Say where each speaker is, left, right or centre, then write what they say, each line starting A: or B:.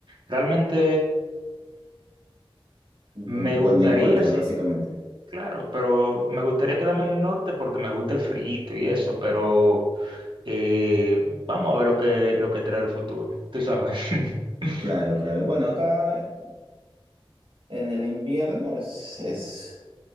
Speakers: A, on the right; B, on the right.
A: Realmente
B: Don-
A: mm, me gustaría,
B: Donde encuentres,
A: sí,
B: básicamente.
A: claro, pero me gustaría quedarme en el norte porque me gusta el frío y eso, pero eh, vamos a ver lo que, lo que trae el futuro, tú sabes. <laughs>
B: Claro, claro. Bueno, acá en el invierno es, es,